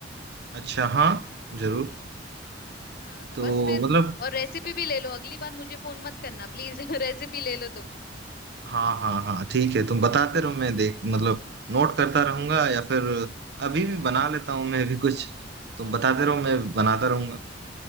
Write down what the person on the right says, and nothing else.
अच्छा हाँ जरूर
तो
मतलब
हाँ हाँ हाँ ठीक है तुम बताते रहो मैं देख मतलब नोट करता रहूंगा या फिर अभी भी बना लेता हूँ मैं भी कुछ तुम बताते रहो मैं बनाता रहूंगा